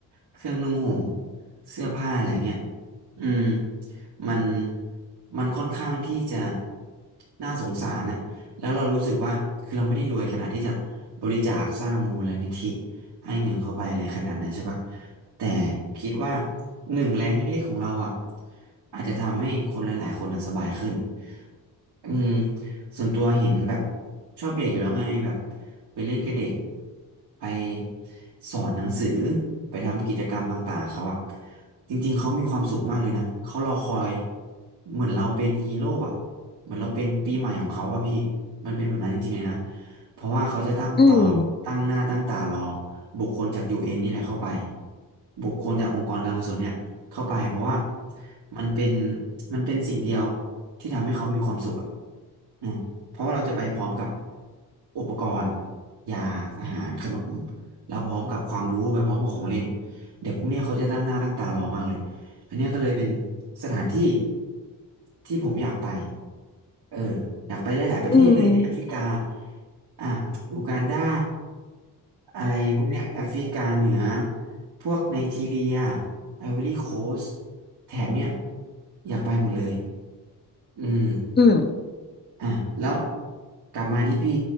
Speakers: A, on the right (about 70°); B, on the left (about 25°).
A: เครื่องนุ่งห่มเสื้อผ้าอะไรเงี้ยอืมมันมันค่อนข้างที่จะน่าสงสารอะแล้วเรารู้สึกว่าคือเราไม่ได้รวยขนาดที่จะบริจาคสร้างมูลนิธิให้เงินเข้าไปอะไรขนาดนั้นใช่ปะแต่คิดว่าหนึ่งแรงเล็กๆของเราอะอาจจะทำให้คนหลายๆคนอะสบายขึ้น อืมส่วนตัวเห็นแบบชอบเด็กอยู่แล้วไงแบบไปเล่นกับเด็กไปสอนหนังสือไปทำกิจกรรมต่างๆเขาอะจริงๆเขามีความสุขมากเลยนะเขารอคอยเหมือนเราเป็นฮีโร่อะเหมือนเราเป็นปีใหม่ของเขาอะพี่มันเป็นแบบนั้นจริงๆเลยนะเพราะว่าเขาจะตั้งต่อ
B: อืม
A: ตั้งหน้าตั้งตารอบุคคลจากยูเอ็นนี่แหละเข้าไปบุคคลจากองค์กรการกุศลเนี่ย เข้าไปเพราะว่ามันเป็นมันเป็นสิ่งเดียวที่ทำให้เขามีความสุขอ่ะอืมเพราะว่าเราจะไปพร้อมกับอุปกรณ์ยาอาหารขนมแล้วพร้อมกับความรู้ไปพร้อมกับของเล่นเด็กพวกเนี้ยเขาจะตั้งหน้าตั้งตารอมากเลยอันเนี้ยก็เลยเป็นสถานที่ที่ผมอยากไปเอออยากไปหลายๆประเทศเลยในแอฟริกา
B: อืมอืม
A: อ่าอูกันดาอะไรพวกเนี้ยแอฟริกาเหนือ พวกไนจีเรียไอวอรี่โคสต์แถบเนี้ยอยากไปหมดเลยอืม
B: อืม
A: อ่ะแล้วกลับมาที่พี่